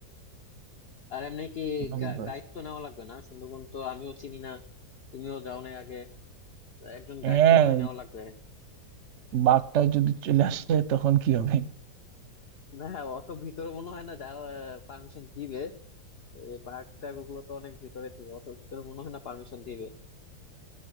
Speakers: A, on the left; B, on the right.
A: আর এমনি কি
B: রবির বার।
A: গাইড তো নেওয়া লাগবে না সুন্দরবন তো আমিও চিনি না তুমিও যাও নাই আগে একজন
B: হ্যাঁ
A: গাইড তো মনে হয় নেওয়া লাগবে
B: বাঘটা যদি চলে আসে তখন কি হবে
A: না হ্যাঁ, অত ভিতরে মনে হয় না যাওয়া পারমিশন দিবে এই পার্ক টার্ক ওগুলো তো অনেক ভিতরে দিবে অত ভিতরে মনে হয় না পারমিশন দিবে